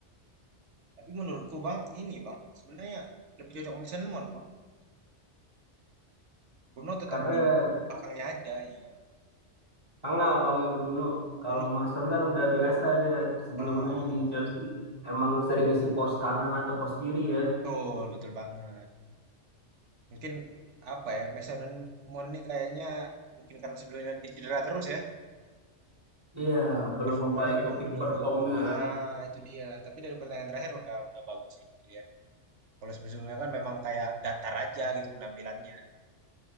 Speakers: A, on the right; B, on the right.
A: Tapi menurutku Bang, ini Bang, sebenarnya lebih cocok Mason Mount Bang. Bruno tetap
B: Karena
A: di belakangnya aja ya.
B: tengah Bang ya Bruno. Kalau
A: Bruno
B: Mason kan udah biasa dia sebelumnya
A: ya,
B: di Chelsea emang sering ngisi pos kanan atau pos kiri ya.
A: betul, betul banget. Mungkin apa ya, Mason Mount ini kayaknya mungkin karena sebelumnya dia cedera terus ya.
B: Iya, belum
A: Performanya
B: balik
A: memang
B: ke peak
A: menurun.
B: performnya.
A: Nah, itu dia. Tapi dari pertandingan terakhir udah udah bagus sih dilihat. Kalau sebelumnya kan memang kayak datar aja gitu penampilannya.